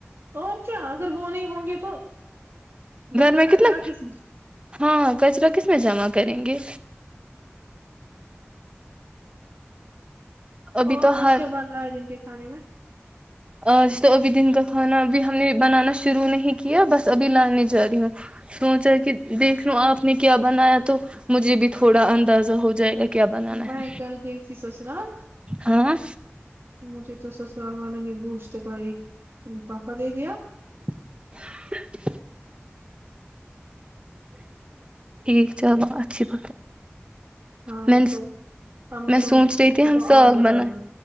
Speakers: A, on the right (about 60°); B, on the right (about 25°).
A: اور کیا اگر وہ نہیں ہوں گے تو گھر کا
B: میں
A: کچرا
B: کتنا
A: کس
B: ہاں کچرا کس میں جمع کریں گے ابھی
A: اور
B: تو
A: آج
B: ہر
A: کیا بن رہا ہے دن کے کھانے میں
B: آج تو ابھی دن کا کھانا ابھی ہم نے بنانا شروع نہیں کیا بس ابھی لانے جا رہی ہوں سوچا کہ دیکھ لو آپ نے کیا بنایا تو مجھے بھی تھوڑا اندازہ ہو جائے گا کیا بنانا
A: میں
B: ہے
A: ایک گل یہی ت س جان
B: ہاں
A: مھے تو سسرال وال نے گوش کا ایک پک دیا
B: <unintelligible> ٹھیک چلو اچھی پ
A: ہاں
B: میں
A: تو اب
B: میں سوچ رہی
A: ہوں اسی
B: تھی ہم
A: کو
B: ساگ
A: آلو
B: بنائے
A: ڈالوں